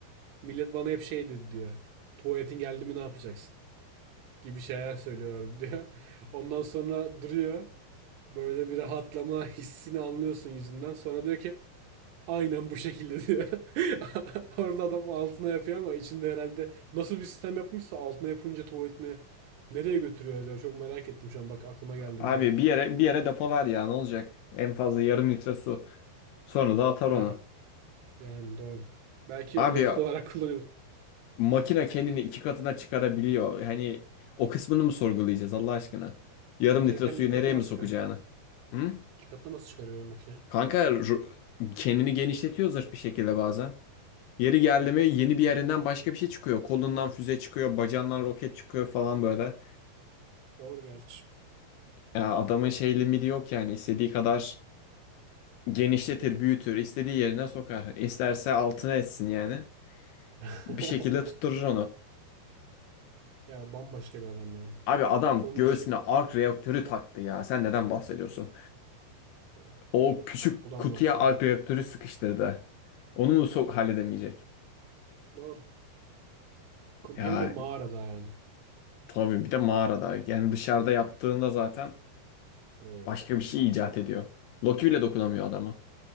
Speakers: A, on the right (about 75°); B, on the left (about 75°).
A: millet bana hep şey dedi diyor. Tuvaletin geldi mi ne yapacaksın? Gibi şeyler söylüyor diyor. <laughs> Ondan sonra duruyor. Böyle bir rahatlama hissini anlıyorsun yüzünden. Sonra diyor ki Aynen bu şekilde diyor. <laughs> Orada adam altına yapıyor ama içinde herhalde nasıl bir sistem yapmışsa altına yapınca tuvaletini nereye götürüyor acaba? Çok merak ettim şu an. Bak aklıma geldi
B: Abi
A: bir de.
B: bir yere bir yere depolar ya ne olacak? En fazla yarım litre su. Sonra da atar
A: Ya
B: onu.
A: yani doğru. Belki
B: Abi
A: yakıt olarak kullanıyor.
B: makine kendini iki katına çıkarabiliyor. Hani o kısmını mı sorgulayacağız Allah aşkına? Yarım
A: Makine
B: litre
A: kendi
B: suyu
A: ilk katına
B: nereye mi
A: nasıl
B: sokacağını?
A: çıkarıyor?
B: Hı?
A: İki katına nasıl çıkarıyor ya makine?
B: Kanka ru- kendini genişletiyor zırh bir şekilde bazen. Yeri geldi mi yeni bir yerinden başka bir şey çıkıyor. Kolundan füze çıkıyor, bacağından roket çıkıyor falan böyle.
A: Doğru gerçi.
B: Ya adamın şey limiti yok yani. İstediği kadar genişletir, büyütür, istediği yerine sokar. İsterse altına etsin yani.
A: <laughs>
B: Bir şekilde tutturur onu.
A: Ya bambaşka bir adam ya.
B: Abi adam
A: Tony
B: göğsüne
A: için
B: ark reaktörü taktı ya. Sen neden bahsediyorsun?
A: doğru.
B: O küçük kutuya
A: Oradan bahsediyor.
B: Alp reaktörü sıkıştırdı. Onu mu sok halledemeyecek?
A: Doğru.
B: Ya
A: Hem de mağarada yani.
B: tabii bir de mağarada. Yani dışarıda yaptığında zaten
A: Evet.
B: başka bir şey icat ediyor. Loki bile dokunamıyor adama.